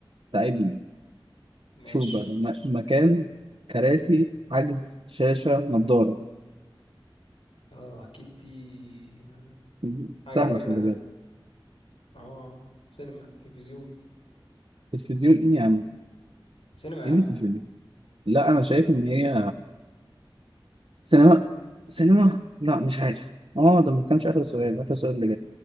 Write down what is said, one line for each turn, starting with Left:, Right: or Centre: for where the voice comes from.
Right: تعبني
Left: ماشي
Right: شوف بقى ده، م- مكان كراسي حجز شاشة نضارة
Left: اه اكيد دي آه،
Right: مم.
Left: حاجه
Right: سهلة
Left: كده
Right: خلي بالك
Left: اه سينما تلفزيون
Right: تلفزيون إيه يا عم
Left: سينما يا
Right: إيه
Left: عم
Right: اللي تلفزيون لا أنا شايف إن هي سينما سينما لا مش عارف اه ده ما كانش آخر سؤال آخر سؤال اللي